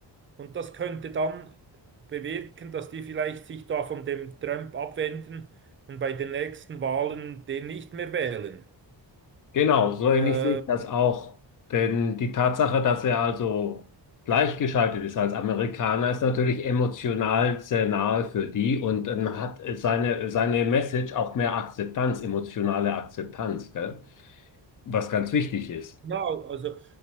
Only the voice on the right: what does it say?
und das könnte dann bewirken, dass die vielleicht sich da von dem Trump abwenden und bei den nächsten Wahlen den nicht mehr wählen.
Äh,
Genau, also